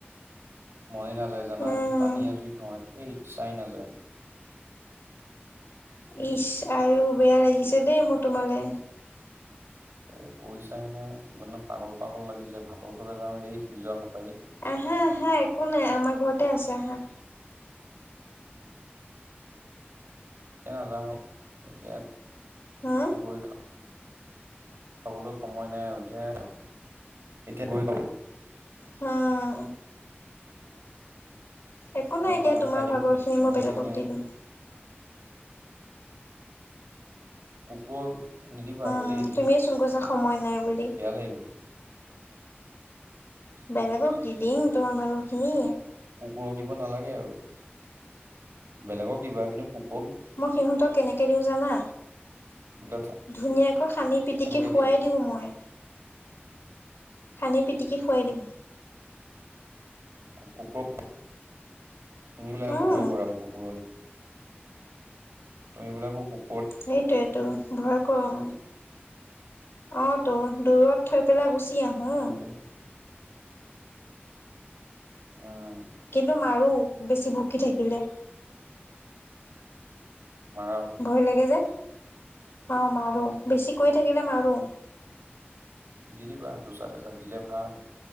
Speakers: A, on the right; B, on the left.
A: মনে নাযায় জানা,
B: উম।
A: টানি আজুৰি খাওঁ, সেই ইচ্ছাই নাযায়।
B: ইচ আইও বেয়া লাগিছে দেই মোৰ তোমালে।
A: এ, কৈ চাই নাই। কোনোবা পাগল পাগল লাগি যায়। ভাতৰ ওচৰলৈ যাও এই সিজোৱা সপ
B: আহা আহা একো নাই আমাৰ ঘৰতে আছে আহা।
A: এয়া নাযাওঁ। এতিয়া
B: হা?
A: গৈ খা চাবলৈ সময় নাই আৰু এতিয়া। আৰু এতিয়া গৈ পাব
B: হুম। একো
A: মই
B: নাই এতিয়া
A: পালে
B: তোমাৰ
A: খাই দিম
B: ভাগৰখিনি
A: কিন্তু মোৰ
B: মই বেলেগক
A: হেৰি নাই
B: দি দিম।
A: কুকুৰক নিদিবা। আকৌ
B: উ,
A: দেই ধেই
B: তুমিয়েচোন কৈছা সময় নাই বুলি।
A: বেয়া লাগিব।
B: বেলেগক দি দিম তোমাৰ ভাগৰখিনি।
A: কুকুৰক দিব নালাগে আৰু বেলেগক দিবা কিন্তু কু
B: মই সিহঁতক কেনেকৈ দিওঁ জানা?
A: বোলে
B: ধুনীয়াকৈ সানি পিটিকি
A: কেনেকে
B: খোৱাই
A: দিয়া
B: দিওঁ মই। সানি পিটিকি খুৱাই দিম।
A: কুকুৰক তুমি বুলে
B: উম।
A: আকৌ ভয় কৰা আকৌ কুকুৰলে। তুমি বোলে আকৌ কুক
B: সেইটোৱেইেতো ভয় কৰোঁ। অ'তো দূৰত থৈ পেলাই গুচি আহোঁ।
A: তাকে উম।
B: কিন্তু মাৰোঁ বেছি ভুকি থাকিলে।
A: মাৰাও?
B: ভয় লাগে যে। অ' মাৰোঁ, বেছি কৰি থাকিলে মাৰোঁ।
A: দিদিবা, দুচাট এচাট দিলে ভাল।